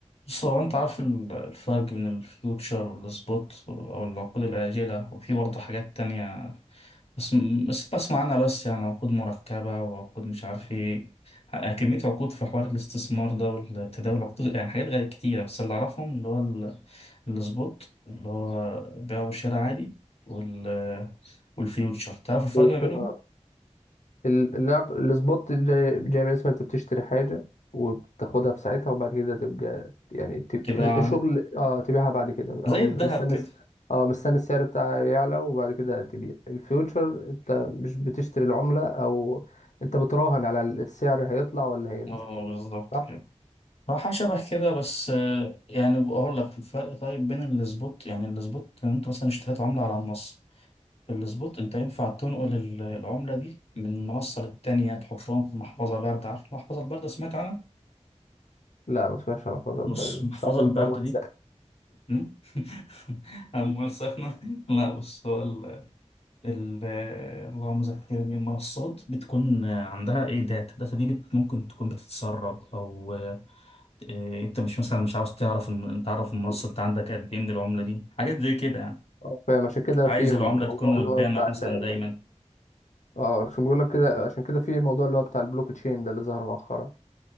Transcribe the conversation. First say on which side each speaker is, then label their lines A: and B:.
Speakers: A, on the left; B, on the left.
A: بص هو انت عارف ال- الفرق بين الفيوتشر والسبوت او العقود الآجلة وفي برضه حاجات تانية بس بس بسمع عنها بس يعني عقود مركبة وعقود مش عارف ايه ح- كمية عقود في حوار الاستثمار ده والتداول عقود يعني حاجات غير كتيرة بس اللي أعرفهم اللي هو ال- السبوت اللي هو بيع وشراء عادي وال والفيوتشر تعرف الفرق
B: بيوتشر
A: ما بينهم؟
B: اه ال- اللعب السبوت جاي جاي من اسمها انت بتشتري حاجة وبتاخدها في ساعتها وبعد كده تبقى يعني تب...
A: تبقى
B: شغل اه تبيعها بعد كده او
A: زي
B: مس-
A: الذهب
B: مستني
A: كده
B: الس- اه مستني السعر بتاعها يعلى وبعد كده تبيع الفيوتشر انت مش بتشتري العملة او انت بتراهن على السعر هيطلع ولا هينزل
A: اه بالظبط
B: صح؟
A: كده راحة شبه كده بس آه، يعني بقول لك الفرق طيب بين السبوت يعني السبوت لو انت مثلا اشتريت عملة على النص في السبوت انت ينفع تنقل ال- العملة دي من منصة للتانية تحطهم في محفظة باردة عارف المحفظة الباردة سمعت عنها؟
B: لا ما اسمهاش محفظة البلد
A: بص المحفظة
B: صعب ان
A: الباردة
B: فيها مهندسة
A: دي مم؟ <laughs> أموال سخنة لا بص هو ال- اللهم ذكرني المنصات بتكون عندها ايه داتا الداتا دي بت ممكن تكون بتتسرب او آه، آه، انت مش مثلا مش عاوز تعرف الم- تعرف المنصه انت عندك قد ايه من العمله دي حاجات زي كده يعني
B: آه، فاهم عشان كده
A: عايز
B: في موضوع
A: العمله تكون
B: اللي
A: قدامك
B: هو بتاع ال...
A: مثلا دايما
B: اه عشان بقول لك كده عشان كده في موضوع اللي هو بتاع البلوك تشين ده اللي ظهر مؤخرا